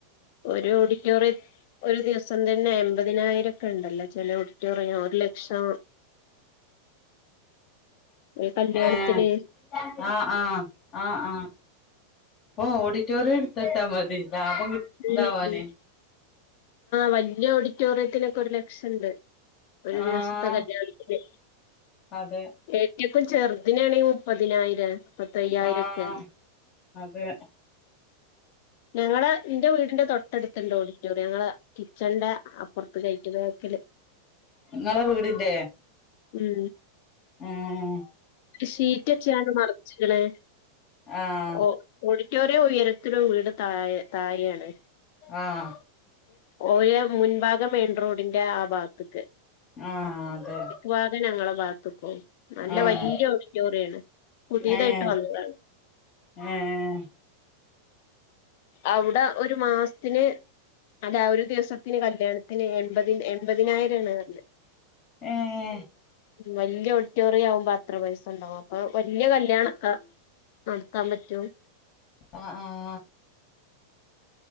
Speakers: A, on the left (about 50°); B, on the left (about 35°).
A: ഒരു ഓഡിറ്റോറിയം ഒരു ദിവസം തന്നെ എമ്പതിനായിരക്കെണ്ടല്ലോ ചെല ഓഡിറ്റോറിയം ഒരു ലക്ഷം ഒരു കല്യാണത്തിന്
B: ഏഹ് ആഹ് ആഹ് ആഹ് ആഹ് പ്പൊ ഓഡിറ്റോറിയം ഇട്ത്തിട്ടാ മതി ലാഭം കി
A: <unintelligible>
B: ഇതാവാനേ
A: വല്യ ഓഡിറ്റോറിയത്തിനൊക്കെ ഒരു ലക്ഷംണ്ട്. ഒരു
B: ആഹ്
A: ദിവസത്തെ കല്യാൺത്തിന്
B: അതെ
A: ഏറ്റക്കും ചെറുതിനാണെങ്കി മുപ്പതിനായിരം മുപ്പത്തയ്യായിരക്കെ
B: ആഹ് അതെ
A: ഞങ്ങളളെ ഇന്റെ വീടിന്റെ തൊട്ടട്ത്ത്ണ്ട് ഓഡിറ്റോറിയ ങ്ങളെ കിച്ചൺന്റെ അപ്പൊർത്ത്ക്കായിട്ട് വേക്കില്.
B: ഇങ്ങളെ വീടിന്റെ
A: ഉം
B: ആഹ്
A: ഇ ഷീറ്റച്ചാണ്ട് മർച്ച്ക്ക്ണ്.
B: ആഹ്
A: ഓ ഓഡിറ്റോറിയം ഉയരത്തിലും വീട് താഴേ താഴേയാണ്.
B: ആഹ്
A: ഓരെ മുൻഭാഗ മെയിൻ റോഡിന്റെ ആ ഭാത്ത്ക്ക്
B: ആഹ് അതെ
A: വാത്‌ ഞങ്ങളെ ഭാത്ത്ക്കും. നല്ല
B: ആഹ്
A: വല്യ ഓഡിറ്റോറിയാണ്. പുതിയതായിട്ട്
B: ഏഹ്
A: വന്നതാണ്
B: ഏഹ്
A: അവ്ടെ ഒരു മാസ്ത്തിന് അല്ല ഒരു ദിവസത്തിന് കല്യാണത്തിന് എമ്പതി എൺപതിനായിരം ആണ്
B: ഏഹ്
A: വല്യയ ഓഡിറ്റോറിയം ആവുമ്പോ അത്ര പൈസ ഉണ്ടാവും. അപ്പൊ വല്യ കല്യാണം ആ നടത്താൻ പറ്റും.
B: ആ ആഹ്